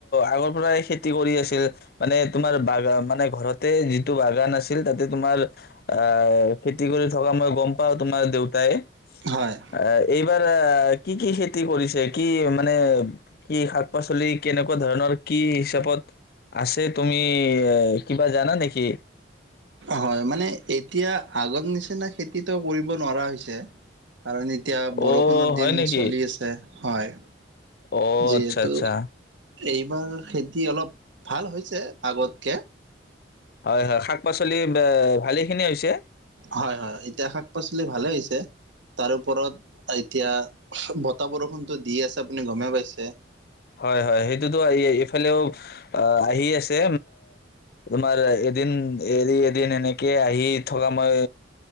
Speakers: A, on the left; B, on the right.
A: আগৰ পৰাই খেতি কৰি আছিল মানে তোমাৰ বা মানে ঘৰতে যিটো বাগান আছিল তাতে তোমাৰ, আ খেতি কৰি থকা মই গম পাও তোমাৰ দেউতাই।
B: হয়
A: অ', এইবাৰ কি কি খেতি কৰিছে? কি? মানে কি? শাক পাচলি কেনেকুৱা ধৰণৰ কি হিচাপত আছে তুমি? কি হ কিবা জানা নেকি?
B: হয়, মানে এতিয়া আগত নিচিনা খেতিতো কৰিব নোৱাৰা হৈছে। কাৰণ, এতিয়া
A: অ'
B: বৰষুণৰ
A: হয়
B: দিন
A: নেকি?
B: চলি আছে। হয়।
A: অ'
B: যিহেতু,
A: আচ্ছা আচ্ছা
B: এইবাৰ খেতি অলপ ভাল হৈছে আগতকে।
A: হয় হয়, শাক-পাচলি ভালে খিনি হৈছে।
B: হয়, হয় এতিয়া শাক-পাচলি ভালে হৈছে, তাৰ ওপৰত এতিয়া বতাহ বৰষুণতটো দিয়ে আছে আপুনি গমেই পাইছে।
A: হয়, হয় সেইটোতো, এইফালেও আহি এ আছে তোমাৰ এদিন এৰিএদিন এনেকে আহি থকা মই